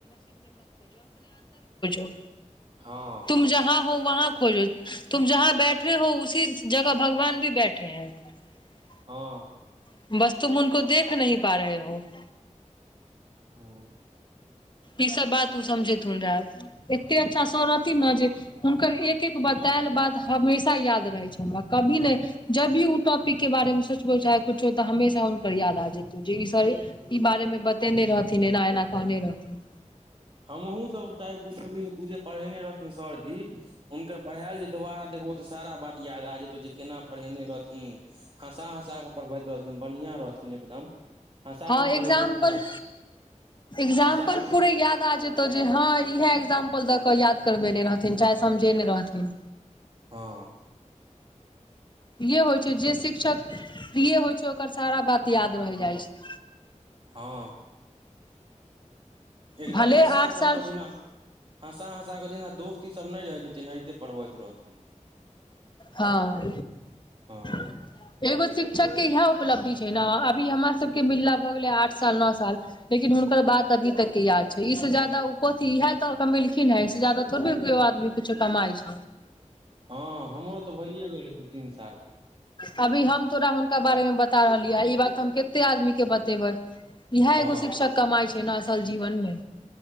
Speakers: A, on the left (about 40°); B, on the right (about 45°).
A: <unintelligible>
B: हँ
A: <unintelligible> <unintelligible>
B: हं।
A: <unintelligible>
B: <unintelligible>
A: ई सब बात ओ समझेथुन रैऽ एत्ते अच्छा सर रहथिन न जे हुनकर एक एक बतैल बात हमेशा याद रहै छैय हमरा कभी नहि जब भी ओ टॉपिक के बारेमे सोचबो चाहे कुछो तऽ हमेशा हुनकर याद आ जेतौ जे ई सर ई बारे मे बतेने रहथिन एना एना कहने रहथिन।
B: हमहुूँ सब चाहे कुछो भी उ जे पढ़ेने रहथिन सरजी हुनकर पढ़ायल जे दुबारा देखबो त सारा बात याद आ जेतौ जे कना पढ़ेने रहथिन। हँसा हँसा के पढ़बैत रहथिन बढ़िया रहथिन। एकदम हँसा
A: हँ
B: कऽ पढ़ेथिन
A: एग्जाम्पल
B: रैऽ,
A: एग्जाम्पल
B: हँसा कऽ।
A: पूरे याद आ जेतौ जे हाँ इहे एगजाम्पल द क याद करबेने रहथिन चाहे समझेने रहथिन।
B: हं।
A: इहे होइ छैय जे शिक्षक प्रिये होइ छैय ओकर सारा बात याद रैह जाइ छैय।
B: हं। एकदम
A: भले
B: हँसा
A: आठ
B: हँसा
A: साल
B: क दिना हँसा हँसा क जेना दोस्ती ई सब नय रहे छैय तेनाहिते पढ़बैत रहथुन्ह।
A: हँ
B: हं-
A: <inaudible> एगो शिक्षक के इहैए उपलब्धि छैय न अभी हमरा सबके मिलला भऽ गेलै आठ साल नऽ साल लेकिन हुनकर बात अभी तक के याद इ से ज्यादा उ कथी इएहे ते कमेलखिनहें अयसे जादा थोड़बे कियो आदमी कुछो कमाइ छैय।
B: हं हमरो तऽ भैइए गेलै दू -तीन साल
A: अभी हम तोरा हुनका बारे मे बता रहलिय ई बात हम कत्ते आदमी के बतेबय। इहैए
B: हँ
A: एगो शिक्षक कमााय छैय ने असल जीवनमें।